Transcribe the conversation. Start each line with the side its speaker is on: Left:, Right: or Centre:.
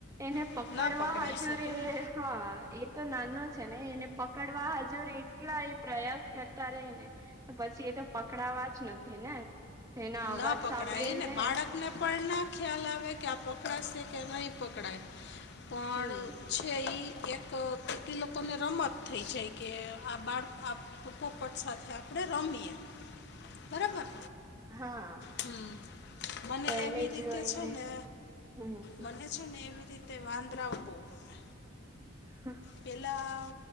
Right: એને
Left: ન
Right: પકડવા
Left: પકડાઈ
Right: હાજુર
Left: શકે ને
Right: હા એ તો નાનો છે ને એને પકડવા હાજુરે. કેટલા એ પ્રયાસ કરતા રહી ને. તો પછી એ તો પકડાવા જ નથી ને તો એના અવાજ
Left: ન પકડાય
Right: સાંભળે ને.
Left: બાળકને ને પણ ના ખ્યાલ આવે કે આ પકડાશે કે નહીં પકડાય પણ.
Right: હમ
Left: છે એ એક એટલી લોકોને રમત થઈ છે કે આ બાળ આ. પોપટ સાથે આપડે. રમી બરાબર
Right: હા હા
Left: હમ. મને
Right: તો એને
Left: એવી રીતે
Right: જોઈને
Left: છે ને
Right: હમ
Left: મને. છે ને એવી રીતે વાંદરાઓ ભો ગમે.
Right: હા.
Left: પેલાં